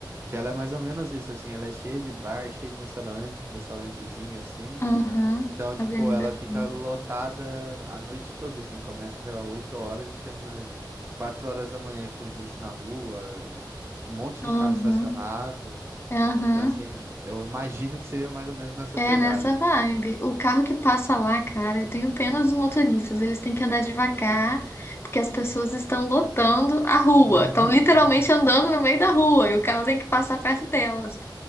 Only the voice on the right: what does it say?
que ela é mais ou menos isso, assim, ela é cheia de bar, cheia de restaurante, restaurantezinho, assim.
Então, tipo,
ela
fica lotada a noite toda, assim, começa, sei lá, 8 horas e termina 4 horas da manhã com gente na rua, um um monte
de carro estacionado.
Então, assim, eu imagino que seja mais ou menos nessa
pegada.
<laughs>